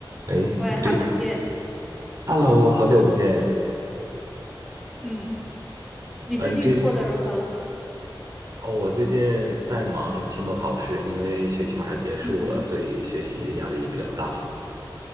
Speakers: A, on the right; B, in the centre.
A: 哎，
B: 喂，
A: 不对
B: 好久不见。
A: ，Hello，
B: 嗯
A: 好久不见。
B: 嗯，你最近过得如何？
A: 啊！你这是？哦，我最近在忙期末考试，因为学期马上结束了，
B: 嗯，
A: 所以学习压力比较大。